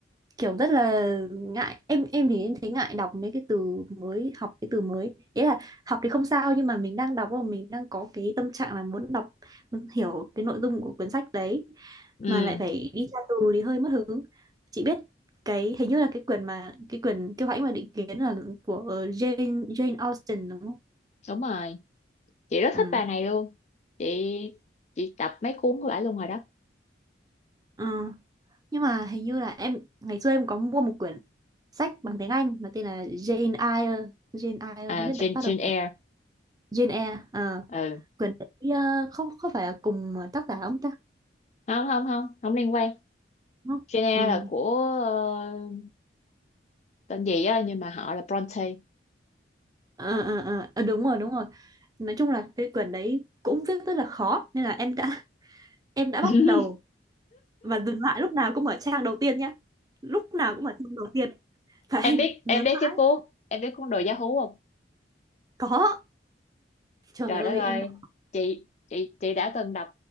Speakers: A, on the right (about 20°); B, on the left (about 35°).
A: kiểu rất là ngại em em thì em thấy ngại đọc mấy cái từ mới học cái từ mới ý là học thì không sao nhưng mà mình đang đọc và mình đang có cái tâm trạng là muốn đọc muốn hiểu cái nội dung của cuốn sách đấy
B: ừ
A: mà lại phải đi tra từ thì hơi mất hứng chị biết cái hình như là cái quyển mà cái quyển kiêu hãnh và định kiến là của Jane Jane Austen đúng không
B: đúng rồi chị rất
A: ừ.
B: thích bà này luôn chị chị đọc mấy cuốn của bà luôn rồi đó
A: Ờ, nhưng mà hình như là em ngày xưa em có mua một quyển sách bằng tiếng Anh mà tên là Jane Eyre Jane Eyre
B: à
A: không biết
B: Jane,
A: đã bắt
B: Jane
A: đầu
B: Eyre
A: Jane Eyre ờ
B: ừ
A: Quỳnh Tỷ ờ, không có phải là cùng tác giả ông ta
B: không không không không liên quan
A: đúng không
B: Jane Eyre
A: ừ
B: là của ờ, tên gì á nhưng mà họ là Bronte
A: ờ ờ ờ Ờ, đúng rồi đúng rồi nói chung là cái quyển đấy cũng viết rất là khó nên là em đã <laughs> em
B: <laughs>
A: đã bắt đầu và dừng lại lúc nào cũng ở trang đầu tiên nhá lúc nào cũng ở trang đầu tiên và em
B: em biết
A: nhớ
B: em biết
A: là
B: cái cuốn em biết cuốn đồ giá hú không
A: có trời
B: trời
A: ơi
B: đất ơi
A: em đọc
B: chị chị chị đã từng đọc